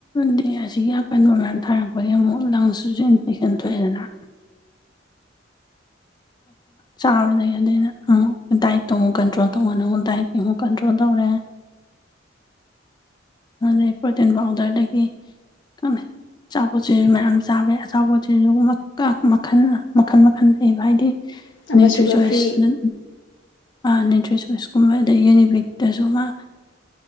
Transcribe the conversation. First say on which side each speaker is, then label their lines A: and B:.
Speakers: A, on the left; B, on the left.
A: ꯗ ꯑꯁꯤꯒꯤ ꯑꯀꯟꯕ ꯃꯌꯥꯝ ꯊꯥꯔꯛꯄꯒꯤ ꯑꯃꯨꯛ ꯂꯪꯁꯇꯨꯁꯨ ꯏꯟꯐꯦꯛꯁꯟ ꯊꯣꯛꯑꯦꯗꯅ <inaudible> ꯆꯥꯕꯗ ꯑꯗꯩ ꯑꯩꯅ ꯑꯊꯨꯛ ꯗꯥꯏꯠꯇꯣ ꯀꯟꯇ꯭ꯔꯣꯜ ꯇꯧꯑꯣ ꯅ ꯗꯥꯏꯠ ꯑꯃꯨꯛ ꯀꯟꯇ꯭ꯔꯣꯜ ꯇꯧ ꯔꯦ ꯑ ꯄꯣꯏꯇ꯭ꯔꯤꯟ ꯄꯥꯎꯗꯔꯗꯒꯤ ꯀꯃꯦ ꯑꯆꯥꯄꯣꯠꯁꯤꯁꯨ ꯃꯌꯥꯝ ꯆꯥꯕꯩ ꯑꯆꯥꯄꯣꯠꯁꯤꯁꯨ ꯃꯈꯜ ꯃꯈꯜ ꯃꯈꯜ ꯂꯩꯕ ꯍꯥꯏꯗꯤ
B: ꯑꯃ
A: ꯅꯦꯇ꯭ꯔꯤ
B: ꯁꯨꯒꯔ
A: ꯆꯣꯏꯁ
B: ꯐ꯭ꯔꯤ
A: ꯅ ꯅ꯭ꯌꯨꯇ꯭ꯔꯤꯁꯣꯏꯁꯀꯨꯝꯕ ꯑꯗꯩ ꯌꯨꯅꯤꯕꯤꯛꯇꯁꯨ ꯃꯥ